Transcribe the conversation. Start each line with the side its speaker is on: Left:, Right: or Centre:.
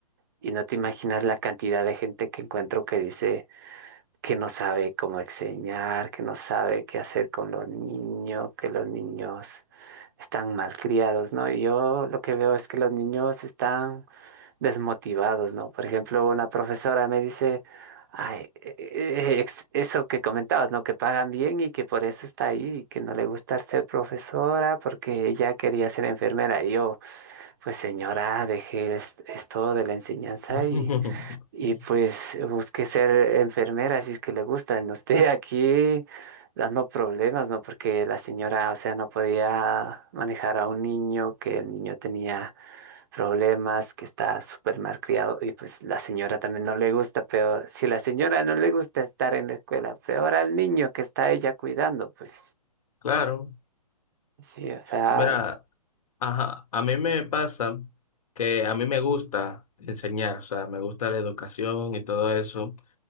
Right: Y no te imaginas la cantidad de gente que encuentro que dice que no sabe cómo enseñar, que no sabe qué hacer con los niños, que los niños están malcriados, ¿no? Y yo lo que veo es que los niños están desmotivados, ¿no? Por ejemplo, una profesora me dice, ay, e- e- ex- eso que comentabas, ¿no? Que pagan bien y que por eso está ahí, que no le gusta ser profesora porque ella quería ser enfermera. Y yo, pues señora, dejé es- esto de la enseñanza
Left: <laughs>
Right: y y pues busqué ser enfermera, si es que le gusta. No esté aquí dando problemas, ¿no? Porque la señora, o sea, no podía manejar a un niño, que el niño tenía problemas, que está súper mal criado. Y pues la señora también no le gusta, pero si la señora no le gusta estar en la escuela, peor al niño que está ella cuidando, pues
Left: Claro.
Right: sí, o sea,
Left: Verá, ajá, a mí me pasa que a mí me gusta enseñar, o sea, me gusta la educación y todo eso.